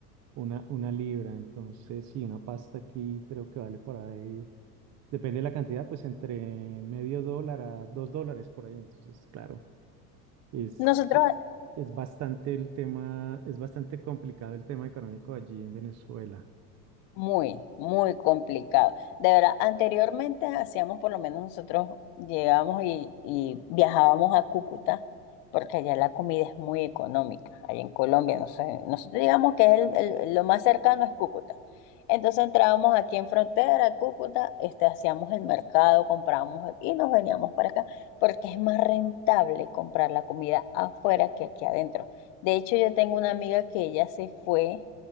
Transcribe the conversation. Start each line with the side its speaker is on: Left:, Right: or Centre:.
Right: una, una libra. Entonces, sí, una pasta aquí creo que vale por ahí, depende de la cantidad, pues entre medio dólar a 2 dólares por ahí. Entonces, claro, es,
Left: Nosotros
Right: eh, es bastante el tema, es bastante complicado el tema económico allí en Venezuela.
Left: Muy, muy complicado. De verdad, anteriormente hacíamos, por lo menos nosotros llegábamos y, y viajábamos a Cúcuta, porque allá la comida es muy económica, allá en Colombia, no sé, nosotros digamos que es el- el- lo más cercano es Cúcuta. Entonces entrábamos aquí en frontera, Cúcuta, este, hacíamos el mercado, comprábamos y nos veníamos para acá, porque es más rentable comprar la comida afuera que aquí adentro. De hecho, yo tengo una amiga que ella se fue